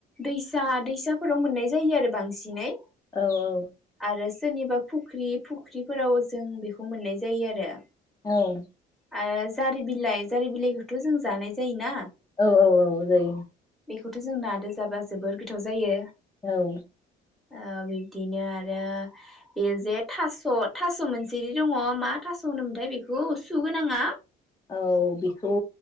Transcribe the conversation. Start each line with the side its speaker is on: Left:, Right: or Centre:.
Centre: दैसा दैसाफोराव मोननाय जायो आरो बांसिनै
Left: औ औ।
Centre: आरो सोरनिबा फुख्रि फुख्रिफोराव जों बेखौ मोननाय जायो आरो
Left: औ।
Centre: आरो जारि बिलाइ जारि बिलाइखौथ जों जानाय जायोना
Left: औ औ औ जायो।
Centre: बेखौथ'जों नादो जाब्ला जोबोर गोथाव जायो
Left: औ।
Centre: औ बिब्दिनो आरो बे जे थास थास मोनसे दङ' मा थास होनोमोनथाय बेखौ सुगोनाङा?
Left: औ बेखौ